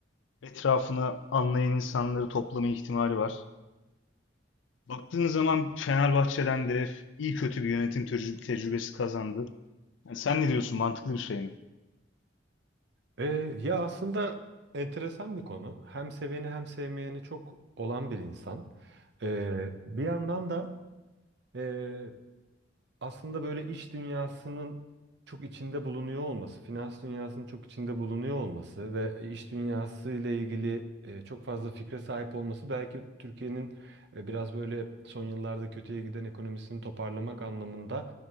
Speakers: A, on the left; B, on the right.
A: etrafına anlayan insanları toplama ihtimali var. Baktığın zaman Fenerbahçe'den de iyi kötü bir yönetim tecrü- tecrübesi kazandı. Yani sen ne diyorsun? Mantıklı bir şey mi?
B: Ee, ya aslında enteresan bir konu. Hem seveni hem sevmeyeni çok olan bir insan. Ee, bir yandan da e, aslında böyle iç dünyasının çok içinde bulunuyor olması, finans dünyasının çok içinde bulunuyor olması ve iş dünyası ile ilgili e, çok fazla fikre sahip olması belki Türkiye'nin e, biraz böyle son yıllarda kötüye giden ekonomisini toparlamak anlamında